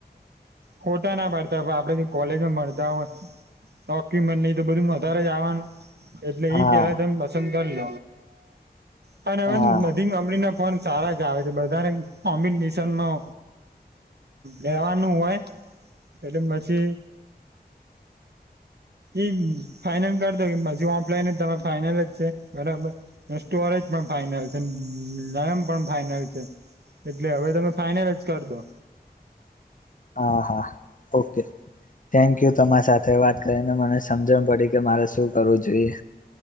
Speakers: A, on the right (about 80°); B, on the left (about 50°).
A: ફોટા ના પાડતા આપડે જો કોલેજમાં મળતા હોય ડોક્યુમેન્ટ નહી તો બધું વધારે જવાનું એટલે
B: હા
A: એ જ સંંગ ન <unintelligible> અને
B: હા
A: હવે બધી મામણી ના ફોન સારા જ આવે છે, બધાય કોમ્બિનેશનમાં લેવાનું હોય એટલે પછી એ ફાઈનલ કરી દો પછી ઓફલાઈન તર ફાઈનલ જ છે બરાબર, સ્ટોરજ પણ ફાઈનલ છે, લરમ પણ ફાઈનલ છે એટલે હવે તમે ફાઈનલ જ કર દો.
B: હા હા, ઓકે થેન્ક યુ તમારી સાથે વાત કરીને મને સમજણ પડી કે મારે શું કરવું જોઈએ.